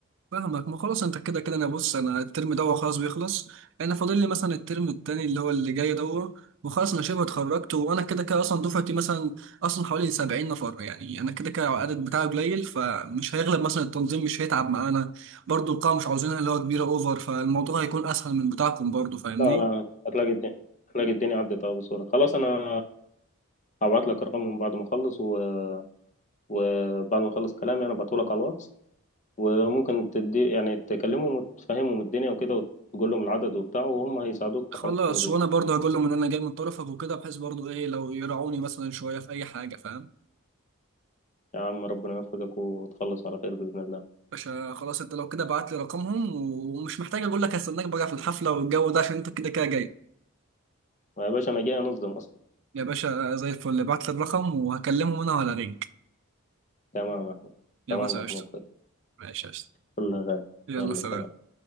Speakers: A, on the right; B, on the left.
A: فاهمك ما خلاص انت كده كده انا بص انا الترم ده خلاص بيخلص انا فاضل لي مثلا الترم التاني اللي هو اللي جاي ده وخلاص انا شبه اتخرجت وانا كده كده اصلا دفعتي مثلا اصلا حوالي 70 نفر يعني انا كده كده العدد بتاعي قليل فمش هيغلب مثلا التنظيم مش هيتعب معانا برضو القاعة مش عاوزينها اللي هو كبيرة اوفر فالموضوع هيكون اسهل من بتاعكم برضو فاهمني
B: لا لا هتلاقي الدنيا هتلاقي الدنيا عدت اه بسهولة خلاص انا هبعت لك رقمهم بعد ما اخلص و- وبعد ما اخلص كلامي انا بعته لك على الواتس وممكن تدي يعني تكلمهم وتفهمهم الدنيا وكده وتقول لهم العدد وبتاع وهم هيساعدوك
A: خلاص
B: في حوار التنظيم
A: وانا برضو هقول لهم ان انا جاي من طرفك وكده بحيث برضو ايه لو يراعوني مثلا شوية في اي حاجة فاهم
B: يا عم ربنا يوفقك وتخلص على خير بإذن الله
A: باشا خلاص انت لو كده بعت لي رقمهم ومش محتاج اقول لك هستناك بقى في الحفله والجو ده عشان انت كده كده جاي
B: ما يا باشا انا جاي انظم اصلا
A: يا باشا زي الفل بعت لي الرقم وهكلمهم انا ولا رينج
B: تمام يا أحمد
A: يا
B: تمام
A: باشا
B: يا محمود
A: قشطه
B: في
A: ماشي قشطه
B: كل غالي
A: يلا
B: يلا
A: سلام
B: سلام